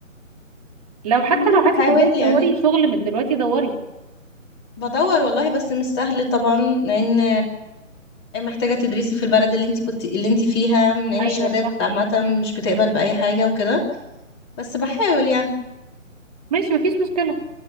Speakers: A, on the right; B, on the left.
A: لو حتى
B: والله
A: لو عايزه
B: بحاول
A: تبداي تدوري
B: يعني
A: شغل من دلوقتي دوري
B: بدور والله بس مش سهل طبعا لان محتاجة تدرسي في البلد اللي انت كنت اللي انت فيها من ان
A: ايوه
B: الشهادات
A: صح
B: عامة مش بتقبل بأي حاجة وكده بس بحاول يعني
A: ماشي مفيش مشكله